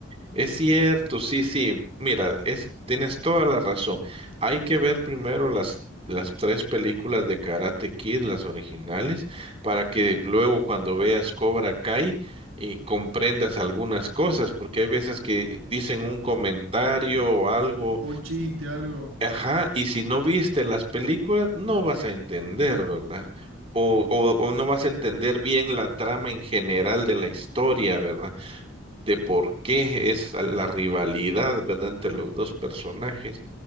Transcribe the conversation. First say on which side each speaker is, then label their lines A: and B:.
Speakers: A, on the right (about 30°); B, on the right (about 80°).
A: Es cierto, sí, sí. Mira, es, tienes toda la razón. Hay que ver primero las, las tres películas de Karate Kid, las originales, para que luego cuando veas Cobra Kai y comprendas algunas cosas, porque hay veces que dicen un comentario o algo,
B: O un chiste, algo.
A: ajá, y si no viste las películas, no vas a entender, ¿verdad? O, o, o no vas a entender bien la trama en general de la historia, ¿verdad? de por qué es la rivalidad, ¿verdad?, entre los dos personajes.